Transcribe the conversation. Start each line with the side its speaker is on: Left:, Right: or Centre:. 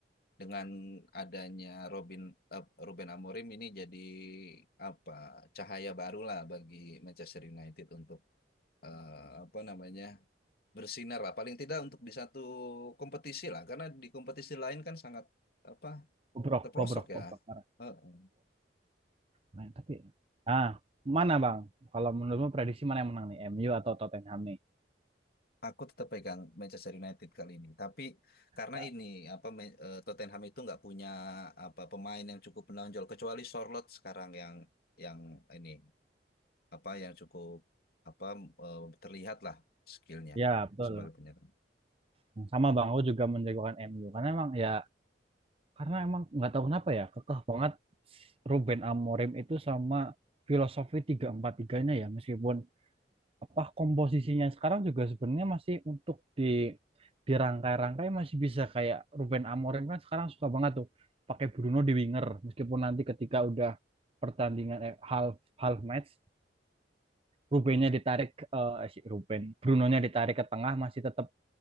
Left: dengan adanya Robin eh, Ruben Amorim ini jadi apa cahaya barulah bagi Manchester United untuk eh, apa namanya bersinar lah paling tidak untuk di satu kompetisi lah karena di kompetisi lain kan sangat apa
Right: bobrok,
Left: terprosok
Right: bobrok, bobrok
Left: ya
Right: parah.
Left: Eh,
Right: Nah, tapi ah mana bang? Kalau menurutmu prediksi mana yang menang nih, MU atau Tottenham nih?
Left: aku tetap pegang Manchester United kali ini tapi karena
Right: Ya,
Left: ini apa Me- eh, Tottenham itu nggak punya apa pemain yang cukup menonjol kecuali Sorloth sekarang yang yang ini apa yang cukup apa eh, terlihat lah skillnya
Right: ya, betul.
Left: sebagai penyerang
Right: Nah, Sama bang, aku juga menjagokan MU karena emang ya karena emang nggak tahu kenapa ya kekeh banget Ruben Amorim itu sama filosofi tiga empat tiganya ya meskipun apa komposisinya sekarang juga sebenarnya masih untuk di dirangkai-rangkai masih bisa kayak Ruben Amorim kan sekarang suka banget tuh pakai Bruno di winger meskipun nanti ketika udah pertandingan eh, half half match Rubennya ditarik eh si Ruben, Brunonya ditarik ke tengah masih tetap